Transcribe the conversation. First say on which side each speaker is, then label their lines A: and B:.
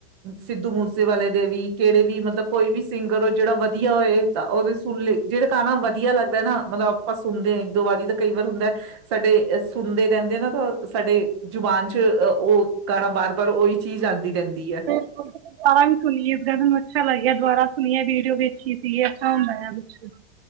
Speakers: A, on the right; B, on the right.
A: ਸਿੱਧੂ ਮੂਸੇਵਾਲੇ ਦੇ ਵੀ ਕਿਹੜੇ ਵੀ ਮਤਲਬ ਕੋਈ ਵੀ ਸਿੰਗਰ ਹੋ ਜਿਹੜਾ ਵਧੀਆ ਹੋਏ ਤਾਂ ਉਹਦੇ ਸੁਣ ਲ ਜਿਹੜਾ ਗਾਣਾ ਵਧੀਆ ਲੱਗਦਾ ਨਾ ਮਤਲਬ ਆਪਾਂ ਸੁਣਦੇ ਹਾਂ। ਇੱਕ ਦੋ ਵਾਰੀ ਤਾਂ ਕਈ ਵਾਰ ਹੁੰਦਾ ਸਾਡੇ ਸੁਣਦੇ ਰਹਿ। <inaudible> ਸਾਡੀ ਜ਼ੁਬਾਨ ਚ ਉਹ ਗਾਣਾ ਬਾਰ-ਬਾਰ ਉਹੀ ਚੀਜ਼ ਆਉਂਦੀ ਰਹਿੰਦੀ ਹੈ।
B: ਬਿਲਕੁਲ ਤੁਸੀਂ ਦੁਬਾਰਾ ਵੀ ਸੁਣੀਏ ਇਸ ਗੱਲ ਮੈਨੂੰ ਅੱਛਾ ਲੱਗਿਆ ਦੁਬਾਰਾ ਸੁਣੀਆਂ ਵੀਡੀਓ ਵੇਖੀ ਸੀਗੀ ਐਸਾ ਹੁੰਦਾ ਹੈ ਕੁਝ ।